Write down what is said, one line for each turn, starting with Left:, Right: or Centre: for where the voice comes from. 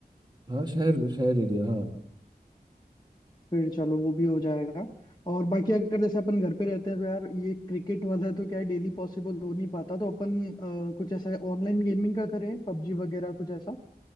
Right: हाँ शहर शहर एरिया हाँ
Left: फिर चलो वो भी हो जाएगा और बाकी अगर जैसे अपन घर पे रहते हैं तो यार ये क्रिकेट वाला तो क्या है डेली पॉसिबल हो नहीं पाता तो अपन अ, कुछ ऐसा ऑनलाइन गेमिंग का करें पबजी वगैरह कुछ ऐसा